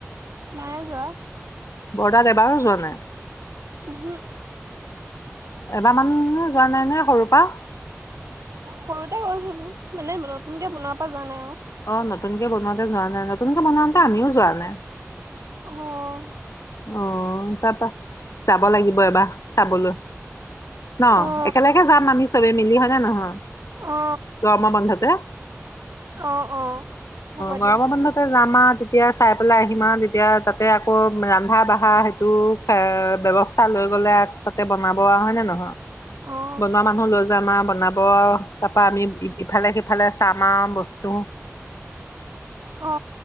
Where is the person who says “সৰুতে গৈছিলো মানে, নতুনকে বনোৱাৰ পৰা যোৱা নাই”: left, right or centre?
Right